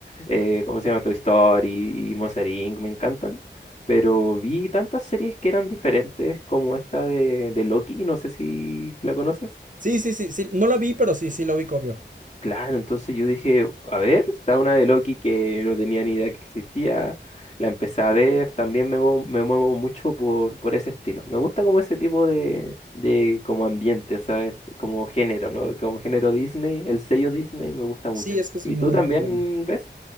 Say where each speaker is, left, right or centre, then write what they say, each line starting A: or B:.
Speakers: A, on the left (about 35°); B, on the right (about 45°).
A: eh, ¿cómo se llama? Toy Story y Monster Inc. Me encantan. Pero vi tantas series que eran diferentes como esta de, de Loki, no sé si la conoces.
B: Sí, sí, sí, sí, no la vi, pero sí, sí lo vi, obvio.
A: Claro, entonces yo dije, a ver, está una de Loki que no tenía ni idea que existía, la empecé a ver, también me, muevo- me muevo mucho por, por ese estilo. Me gusta como ese tipo de, de como ambiente, o sea, es como género, ¿no? Como género Disney, el sello Disney me gusta mucho.
B: Sí, es que es
A: ¿Y
B: muy,
A: tú también
B: muy bueno.
A: ves?